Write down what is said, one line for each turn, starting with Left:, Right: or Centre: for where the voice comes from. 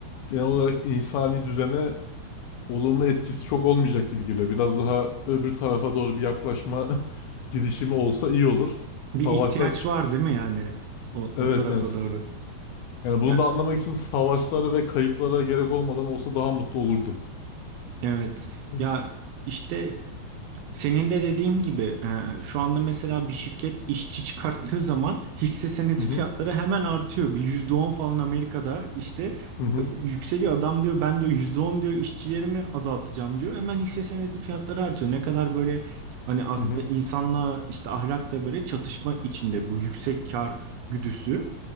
Left: genel olarak insani düzene olumlu etkisi çok olmayacak gibi geliyor. Biraz daha öbür tarafa doğru bir yaklaşma <laughs> girişimi olsa iyi olur. Savaşlar
Right: Bir ihtiyaç
Left: çık.
Right: var değil mi yani o,
Left: Evet
Right: o tarafa
Left: yani. s-
Right: doğru?
Left: Yani bunu
Right: Ya
Left: da anlamak için savaşlara ve kayıplara gerek olmadan olsa daha mutlu olurdum.
Right: Evet.
Left: Hı.
Right: Ya işte senin de dediğin gibi e, şu anda mesela bir şirket işçi çıkarttığı zaman hisse senedi
Left: Hı
Right: fiyatları
Left: hı
Right: hemen artıyor. Bir %10 falan Amerika'da işte
Left: hı hı
Right: e, yükseliyor. Adam diyor ben diyor %10 diyor işçilerimi azaltacağım diyor. Hemen hisse senedi fiyatları artıyor. Ne kadar böyle hani aslında
Left: hı
Right: insanla işte ahlakla böyle çatışma içinde bu yüksek kar güdüsü,